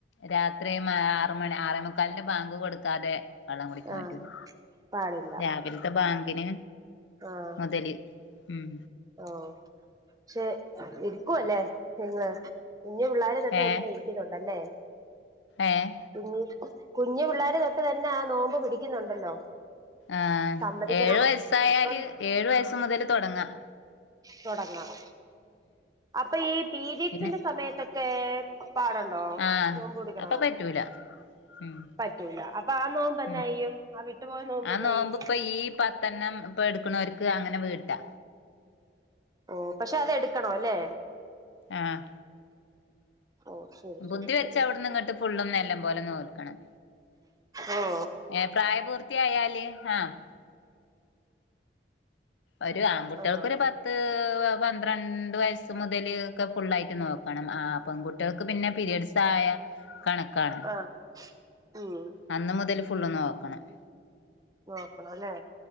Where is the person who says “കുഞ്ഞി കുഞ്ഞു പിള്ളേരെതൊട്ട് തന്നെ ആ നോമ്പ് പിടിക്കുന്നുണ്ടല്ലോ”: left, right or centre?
Right